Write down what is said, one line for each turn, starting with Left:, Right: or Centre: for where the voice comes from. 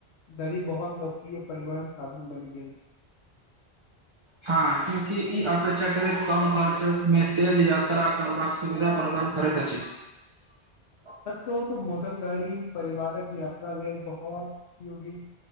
Left: दरी बहुत लोकप्रिय परिवहन साधन बने। के। <unintelligible>
Right: हँ क्यूँकि ई अपेक्षाकृत कम खर्चमे तेज यात्रा करबाक सुविधा प्रदान करैत अछि। <unintelligible>
Left: सच कहू त मोटर गाड़ी परिवारक यात्रा लेल बहुत उ होगी।